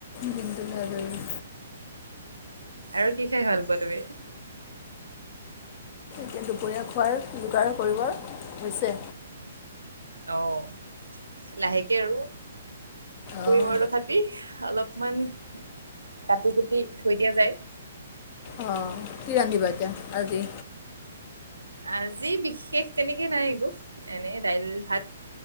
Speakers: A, on the left; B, on the right.
A: দিনটো লৈ আজৰি।
B: আৰু কি খাই ভাল পোৱা তুমি?
A: এতিয়া দুপৰীয়া খোৱাৰ যোগাৰ কৰিব হৈছে।
B: অঁ লাহেকে আৰু।
A: অঁ
B: ফুৰিমৰ তথাপি অলপমান কাটি কুটি থৈ দিয়া যায়।
A: অঁ! কি ৰান্ধিবা এতিয়া আজি।
B: আজি বিশেষ তেনেকে নাই একো এনে দাইল ভাত।